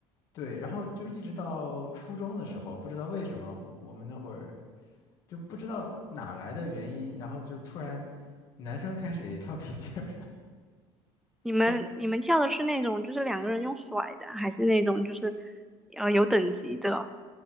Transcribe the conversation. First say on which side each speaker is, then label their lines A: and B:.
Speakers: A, on the left (about 35°); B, in the centre.
A: 对，然后就一直到初中的时候，不知道为什么我我们那会儿就不知道哪儿来的原因，然后就突然男生开始也跳皮筋儿了，
B: 你们你们跳的是那种就是两个人用甩的，
A: <laughs>
B: 还是那种就是呃有等级的，